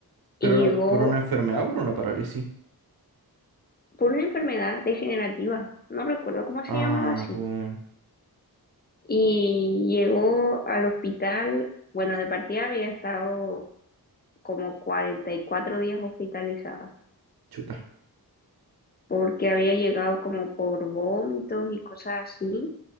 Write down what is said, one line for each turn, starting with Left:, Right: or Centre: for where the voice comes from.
Right: ¿Pero
Left: y
Right: era
Left: llegó
Right: por una enfermedad o por una parálisis?
Left: por una enfermedad degenerativa, no recuerdo cómo se
Right: Ah,
Left: llamaba así.
Right: pues...
Left: Y llegó al hospital, bueno, de partida había estado como 44 días hospitalizada
Right: Chuta.
Left: porque había llegado como por vómitos y cosas así